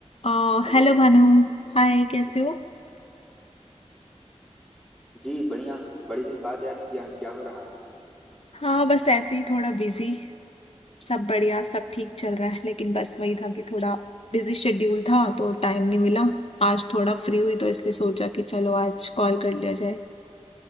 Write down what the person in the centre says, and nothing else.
हेलो
जी बढ़िया बड़ी दिन बाद याद किया क्या हो रहा है